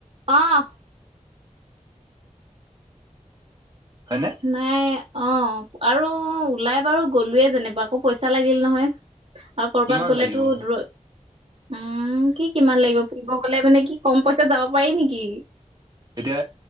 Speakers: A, on the right (about 50°); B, on the right (about 30°).
A: অ'।
B: হয়নে
A: নাই। অ' আৰু ওলাই বাৰু গ'লোয়ে যেনেৱা আকৌ পইচা লাগিল নহয়। আৰু কৰবাত
B: কিমান
A: গ'লেতো
B: লাগিব
A: দূৰত উম কি কিমান লাগিব ফুৰিব গলে মানে কি কম পইচা যাব পাৰি নেকি?
B: এতিয়া